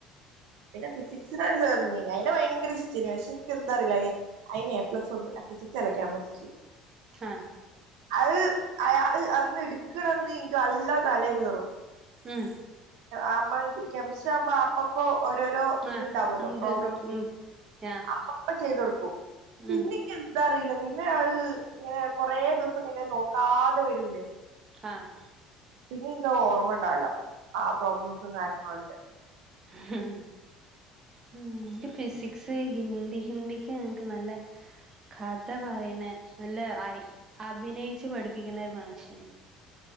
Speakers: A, on the right; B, on the right.
A: പിന്നെ ഫിസിക്സിനൊരു സേറ്- ണ്ടെയ്നി അയ്നെ- ഭയങ്കരഷ്ടയ്ന്. പക്ഷെൻക്കെന്താറിയില്ല- അയ്നേപ്ലസൊന്നൂല്ല, ഫിസിക്സല്ല, കെമിസ്ട്രി-
B: ആഹാ,
A: അത് അയ അത്ട്ക്ക്ണന്ന്ൻക്ക്- നല്ലോം തലെ കേറും.
B: ഉം
A: ആമ്മ കെമസ്ട്രിയാകുമ്പോ- അപ്പപ്പോ. രോരോ ഇത്ണ്ടല്ലോ,
B: ആഹ് ഇത്
A: പ്രോബ്ളംസ്.
B: ഉം ആഹ്
A: അപ്പപ്പോ ചെയ്തൊട്ക്കും പിന്നെ,
B: ഉം
A: ക്കെന്താറില്ല പിന്നെ അതങ്ങനെ- കൊറേ ദിവസം കയ്ഞ്ഞഅത്- നോക്കാതെ വരൂലേ.
B: ആഹ്,
A: പിന്നെൻക്കതോർമ് ണ്ടാവില്ല. ആഹ്, പ്രോബ്ലംസും, കാര്യങ്ങളൊക്കെ-
B: ഹും, ഉം ക്ക് ഫിസിക്സ്, ഹിന്ദി, ഹിന്ദിക്ക് ഞങ്ങക്ക് നല്ല- കഥ പറയ്ണ നല്ല അയ് അഭിനയിച്ച് പഠിപ്പിക്ക്ണൊരു മാഷയ്ന്